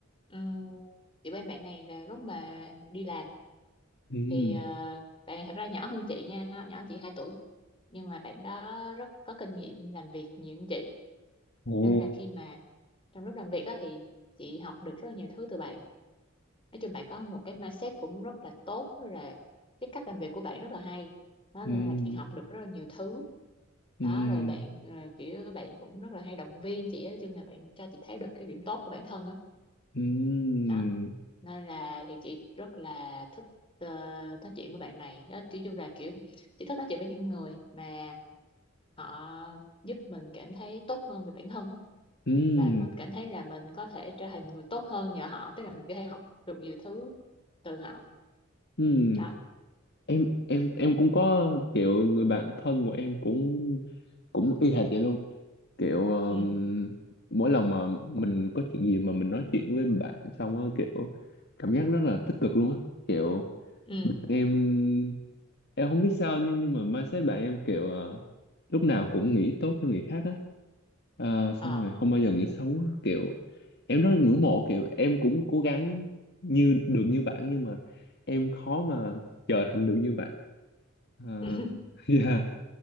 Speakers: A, on the left; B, on the left.
A: um, kiểu em bạn này là lúc mà đi làm
B: ừm
A: thì ờ, bạn này thật ra nhỏ hơn chị nha ha- nhỏ hơn chị 2 tuổi nhưng mà bạn đó rất có kinh nghiệm làm việc nhiều hơn chị
B: ồ
A: nên là khi mà trong lúc làm việc á thì chị học được rất là nhiều thứ từ bạn nói chung bạn có một cái mindset cũng rất là tốt rất là cái cách làm việc của bạn rất là hay đó nên
B: ừm
A: là chị học được rất là nhiều thứ đó
B: ừm
A: rồi bạn ờ, kiểu bạn cũng rất là hay động viên chị á nói chung là bạn cho chị thấy được cái điểm tốt của bản thân á
B: ừm
A: đó. nên là thì chị rất là thích ờ, nói chuyện với bạn này đó, nói chung là kiểu chị thích nói chuyện với những người mà họ giúp mình cảm thấy tốt hơn về bản thân á.
B: ừm
A: và mình cảm thấy là mình có thể trở thành người tốt hơn nhờ họ tức là mình có thể học được nhiều thứ từ họ
B: ừm
A: đó
B: em em em cũng có kiểu người bạn thân của em cũng cũng y hệt vậy luôn kiểu um,
A: ừ
B: mỗi lần mà mình có chuyện gì mà mình nói chuyện với bạn xong á kiểu cảm giác rất là tích cực luôn á kiểu
A: ừ
B: em em không biết sao nhưng nhưng mà mindset bạn em kiểu ờ, lúc nào cũng nghĩ tốt cho người khác á Ờ, xong
A: ờ
B: rồi không bao giờ nghĩ xấu á. kiểu em rất là ngưỡng mộ kiểu em cũng cố gắng như được như bạn nhưng mà em khó mà trở thành được như bạn Ờ, <laughs>
A: <laughs>
B: dạ